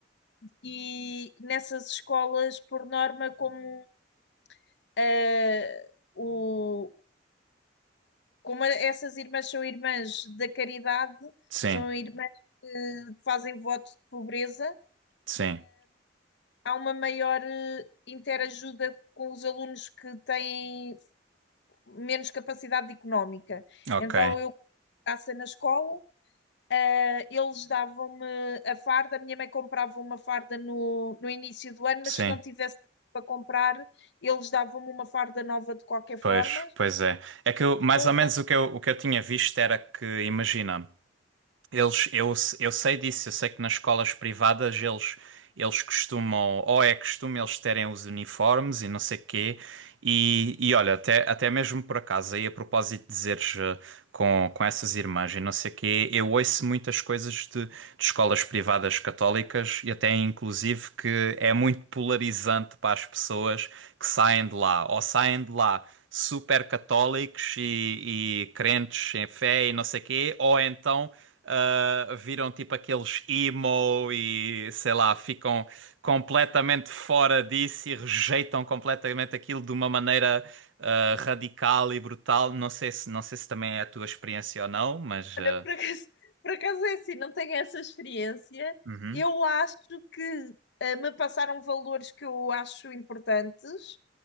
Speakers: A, on the left (about 65°); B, on the right (about 75°).
A: e nessas escolas, por norma, como eh, o Como a- essas irmãs são irmãs da caridade,
B: Sim.
A: são irmãs que fazem voto de pobreza,
B: Sim.
A: há uma maior eh, interajuda com os alunos que têm menos capacidade económica.
B: Ok.
A: Então eu passei na escola, eh, eles davam-me a farda, a minha mãe comprava uma farda no, no início do ano,
B: Sim.
A: mas se não tivesse para comprar, eles davam-me uma farda nova de qualquer forma.
B: Pois, pois é. É que eu, mais
A: Não
B: ou
A: usava.
B: menos o que eu, o que eu tinha visto era que, imagina. Eles, eu, eu sei disso, eu sei que nas escolas privadas eles, eles costumam, ou é costume eles terem os uniformes e não sei quê. E, e olha, até, até mesmo por acaso, aí a propósito de dizeres eh, com, com essas irmãs e não sei quê, eu ouço muitas coisas de, de escolas privadas católicas e até inclusive que é muito polarizante para as pessoas que saem de lá, ou saem de lá super católicos e, e crentes em fé e não sei quê, ou então ah, viram tipo aqueles emo e sei lá, ficam completamente fora disso e rejeitam completamente aquilo de uma maneira ah, radical e brutal. Não sei se, não sei se também é a tua experiência ou não, mas ah,
A: Olha, por acaso, por acaso é assim, não tenho essa experiência.
B: uhum,
A: Eu acho que eh, me passaram valores que eu acho importantes,